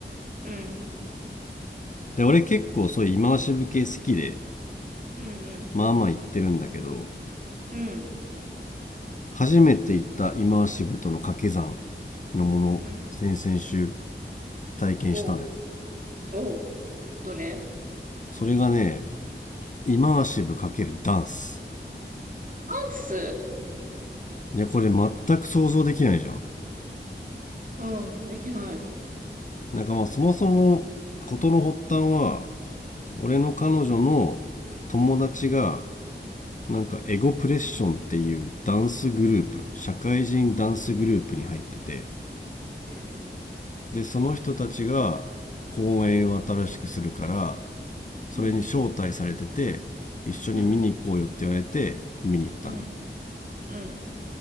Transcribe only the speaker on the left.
で俺結構そういうイマーシブ系好きで
まあまあ行ってるんだけど
初めて行ったイマーシブとの掛け算のもの先々週
体験したのよ
それがねイマーシブ×ダンス
いやこれ全く想像できないじゃん
なんかまあそもそも事の発端は俺の彼女の友達がなんかエゴプレッションっていうダンスグループ社会人ダンスグループに入ってて
でその人たちが公演を新しくするからそれに招待されてて一緒に見に行こうよって言われて見に行ったのよ